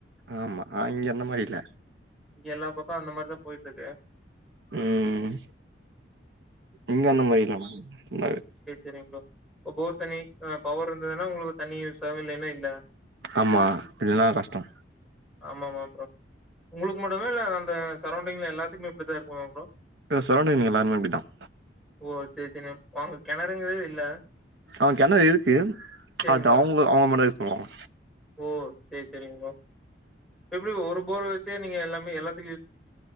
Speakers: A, on the right; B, in the centre.
A: ஆமா இங்க அந்த மாரி இல்ல
B: எல்லா பக்கோ அந்த மாரிதா போயிட்ருக்கு
A: ம் இங்க அந்த மாரி இல்லாம <unintelligible>
B: சரிங்களா ஒ போர் தண்ணி அ பவர் இருந்துதுன்னா உங்குளுக்கு தண்ணி யூசாவோ இல்லன்னா இல்ல
A: ஆமா இதுல்லா கஷ்டோ
B: ஆமாமா ப்ரோ உங்களுக்கு மட்டுமா இல்ல அந்த சரவ்டிங்ல எல்லாத்துக்குமே இப்டித்தான் இருக்குமா ப்ரோ?
A: சரௌண்டிங்ல எல்லாருமே அப்டிதான்
B: ஓ சேர் சேரிங்க ஓ அங்க கெணறுங்கறதே இல்ல
A: அங்க கிணறு இருக்கு
B: சரிங்க
A: அது
B: ப்ரோ.
A: அவுங்க அவுங்க மட்டு தா யூஸ் பண்ணுவாங்க
B: ஓ சேர் சேரிங் ப்ரோ எப்டி ப்ரோ ஒரு போர் வச்சே நீங்க எல்லா மே எல்லாத்